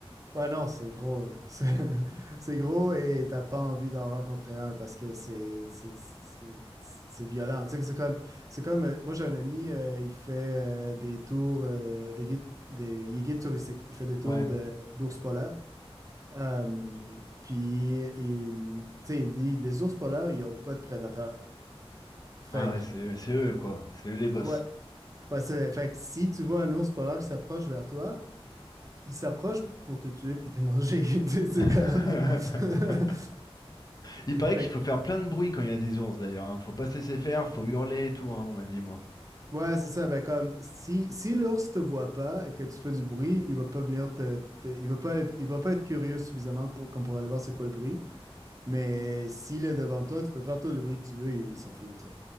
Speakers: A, on the right; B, on the left.
A: Ouais, non, c'est gros. euh, <laughs> C'est c'est gros et t'as pas envie d'en rencontrer un parce que c'est c'est c'est- c'est violent. Tu sais que C'est comme, c'est comme euh, moi j'ai un ami, euh, il fait euh, des tours, euh, des guides, des, il est guide touristique. Il fait des tours
B: Ouais.
A: de d'ours polaires. Euh, puis il, tu sais, il dit les ours polaires, ils ont pas de prédateurs. Fait
B: Ah ouais,
A: que,
B: c'est c'est eux quoi, c'est eux les boss.
A: ouais, ouais, c'est, fait que si tu vois un ours polaire qui s'approche vers toi, il s'approche pour te tuer puis t'es mangé. <laughs> Tu sais, C'est
B: <laughs>
A: comme. <laughs>
B: Il paraît
A: Fait
B: qu'il faut
A: que,
B: faire plein de bruit quand il y a des ours d'ailleurs, hein. Faut pas se laisser faire, faut hurler et tout, hein, on m'a dit moi.
A: ouais, c'est ça. Ben, comme, si, si l'ours te voit pas et que tu fais du bruit, il va pas venir te. te- il va pas, il va pas être curieux suffisamment pour, comme pour aller voir c'est quoi le bruit. Mais s'il est devant toi, tu peux faire tout le bruit que tu veux, il, il s'en fout, tu sais.